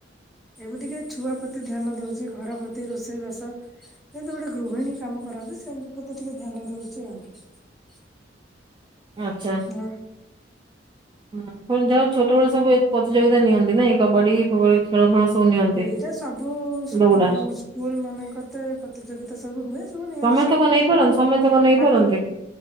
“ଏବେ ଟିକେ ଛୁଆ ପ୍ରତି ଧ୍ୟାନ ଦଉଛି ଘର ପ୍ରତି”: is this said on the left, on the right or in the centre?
Centre